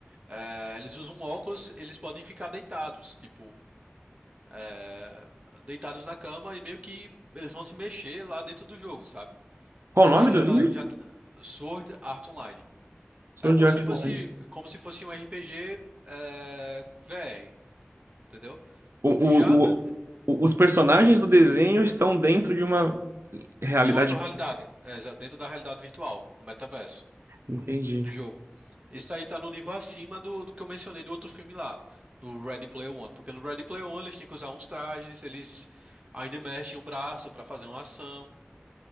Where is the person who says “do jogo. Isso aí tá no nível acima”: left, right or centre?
Right